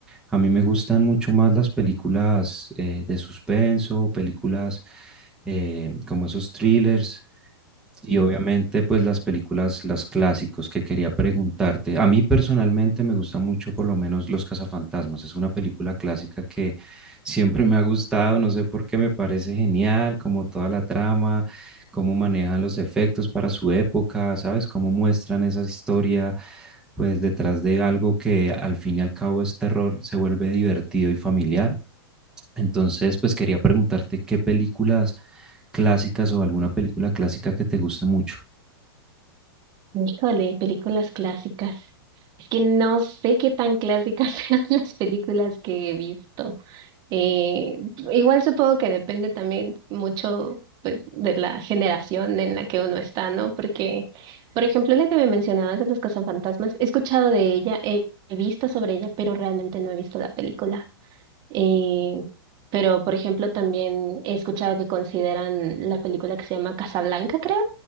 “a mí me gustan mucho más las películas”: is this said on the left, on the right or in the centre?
Centre